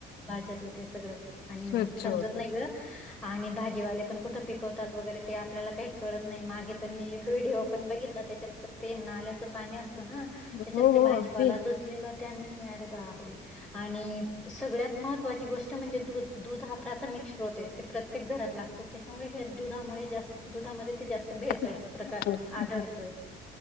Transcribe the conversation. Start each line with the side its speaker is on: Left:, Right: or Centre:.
Centre: भाज्यातलं ते सगळं आणि
Left: स्वच्छ
Centre: समजत
Left: होत.
Centre: नाही आणि भाजीवाले पण कुठं पिकवतात वगैरे ते आपल्याला काही कळत नाही माग तर मी एक व्हिडिओ पण बघितला त्याच्यात तर ते नाल्याचं पाणी असतं ना
Left: हो
Centre: त्याच्यात ते
Left: हो
Centre: भाजीपाला
Left: अगदी.
Centre: धुतलेलं त्यांनी, अरे बाप रे! आणि सगळ्यात महत्त्वाची गोष्ट म्हणजे दूध, दूध हा प्राथमिक स्रोत आहे ते प्रत्येक घरात लागतो त्याच्यामुळे हे दुधामुळे जास्त दुधामध्ये ते जास्त भेसळचा
Left: जास्त
Centre: प्रकार
Left: महत्वाचं.
Centre: आढळतोय.